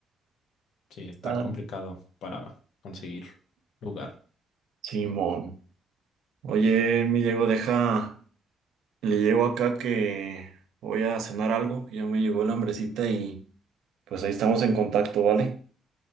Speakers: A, on the left; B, on the right.
A: sí, está
B: Ah.
A: complicado para conseguir lugar.
B: Simón. Oye, mi Diego, deja. Le llego acá que voy a cenar algo. Ya me llegó la hambrecita y pues ahí estamos en contacto, ¿vale?